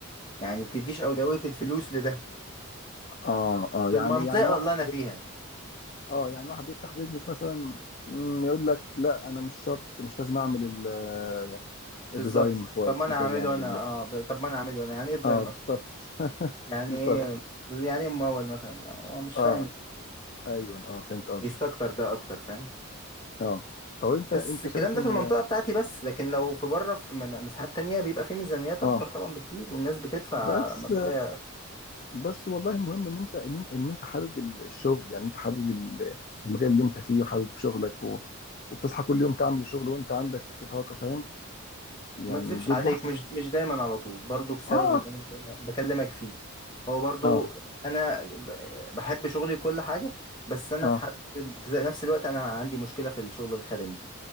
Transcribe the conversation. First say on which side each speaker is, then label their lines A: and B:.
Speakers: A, on the left (about 20°); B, on the left (about 40°).
A: يعني بتديش أولوية الفلوس لده
B: اه اه
A: في
B: يعني
A: المنطقة
B: يعني واحد
A: اللي انا فيها
B: اه يعني واحد بيفتح بيزنس مثلا مم، يقول لك لا انا مش شرط مش لازم اعمل ال-
A: بالظبط
B: الديزاين كويس
A: طب ما انا
B: مش
A: هعمله
B: لازم اعمل
A: انا
B: ال-
A: اه ب- طب ما انا هعمله انا يعني ايه ديزاين
B: اه بالظبط
A: اصلا يعني
B: بالظبط
A: ايه
B: <laughs>
A: يعني ايه ممول مثلا هو مش
B: اه
A: فاهم
B: ايوه اه فهمت قصدك
A: ايست اكتر ده اكتر فاهم
B: اه طب انت انت
A: بس الكلام
B: شايف
A: ده
B: ان
A: في المنطقة بتاعتي بس لكن لو في بره في م- م- مساحات تانية بيبقى في ميزانيات اكبر
B: اه
A: طبعا بكتير والناس بتدفع
B: بس
A: مبالغ
B: بس والله المهم ان انت ان انت ان انت حابب ال- الشغل يعني انت حابب ال- المجال اللي انت فيه وحابب شغلك و... وبتصحى كل يوم تعمل الشغل وانت عندك طاقة فاهم يعني
A: ما اكذبش
B: دي
A: عليك
B: دي
A: مش مش دايما على طول برضو بسبب
B: اه
A: اللي انا بكلم- بكلمك فيه هو برضو
B: اه
A: انا ب- بحب شغلي كل حاجة بس انا
B: اه
A: في حد في ذات- نفس الوقت انا عندي مشكلة في الشغل الخدمي